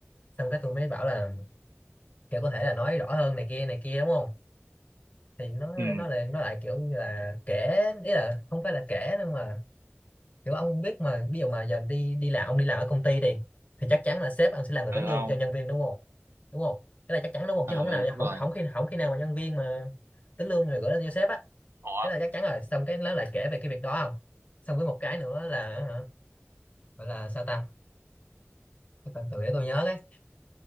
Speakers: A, on the left; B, on the right.
A: xong cái tôi mới bảo là kiểu có thể là nói rõ hơn này kia này kia đúng không thì nó
B: ừ
A: nó lại nó lại kiểu như là kể ý là không phải là kể nhưng mà kiểu ông biết mà ví dụ mà giờ đi đi làm ông đi làm ở công ty đi thì chắc chắn là sếp ông sẽ là người
B: ừ
A: tính
B: không
A: lương cho nhân viên đúng không đúng không cái là chắc chắn đúng không
B: ừ
A: chứ không có nào
B: đúng
A: không
B: rồi
A: không khi không khi nào mà nhân viên mà tính lương rồi gửi lên cho sếp á
B: ủa
A: cái là chắc chắn rồi xong cái nó lại kể về cái việc đó không xong với một cái nữa là hả, gọi là sao ta cái tên từ để tôi nhớ cái